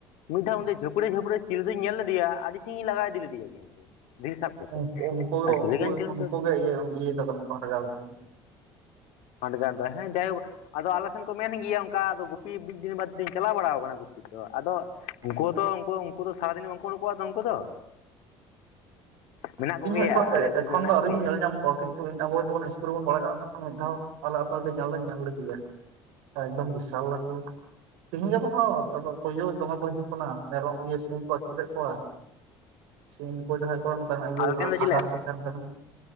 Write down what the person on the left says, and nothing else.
ᱢᱤᱫ ᱫᱷᱟᱣ ᱚᱸᱰᱮ ᱡᱷᱟᱹᱯᱲᱤ ᱡᱟᱹᱯᱲᱤ ᱪᱤᱞᱤ ᱫᱩᱧ ᱧᱮᱞ ᱞᱮᱫᱮᱭᱟ ᱟᱹᱰᱤ ᱥᱟᱸᱜᱤᱧ ᱤᱧ ᱞᱟᱜᱟ ᱤᱫᱤ ᱞᱮᱫᱮᱭᱟ ᱠᱤᱱᱛᱩ। ᱫᱷᱤᱨᱤ ᱥᱟᱵ ᱠᱟᱛᱮ
ᱟᱨ ᱪᱤᱞᱤ ᱠᱟᱱ ᱪᱚᱭ ᱩᱱᱤ
ᱫᱚ
ᱦᱟᱰᱜᱟᱨ ᱫᱚ ᱦᱮᱸ ᱡᱟᱭᱦᱳᱠ ᱟᱫᱚ ᱟᱞᱮ ᱥᱮᱱ ᱠᱚ ᱢᱮᱱ ᱜᱮᱭᱟ ᱚᱱᱠᱟ ᱟᱫᱚ ᱜᱩᱯᱤ ᱢᱤᱫ ᱫᱤᱱ ᱵᱟᱨ ᱫᱤᱱ ᱪᱟᱞᱟᱣ ᱵᱟᱲᱟᱣ ᱠᱟᱱᱟ ᱜᱩᱯᱤ। ᱟᱫᱚ ᱩᱱᱠᱩ ᱦᱚᱛᱚ ᱩᱱᱠᱩ ᱩᱱᱠᱩ ᱫᱚ ᱥᱟᱨᱟᱫᱤᱱ ᱵᱟᱝᱠᱚ ᱩᱰᱩᱠᱚᱜᱼᱟ ᱛᱚ ᱩᱱᱠᱩ ᱫᱚ। ᱢᱮᱱᱟᱜ ᱠᱚᱜᱮᱭᱟ
ᱟᱞᱮ ᱵᱤᱨ
ᱨᱮᱫᱚ ᱢᱮᱱᱟᱜ
ᱠᱚᱜᱮᱭᱟ
ᱠᱟᱱ ᱫᱚ
ᱡᱮᱞᱟᱹ,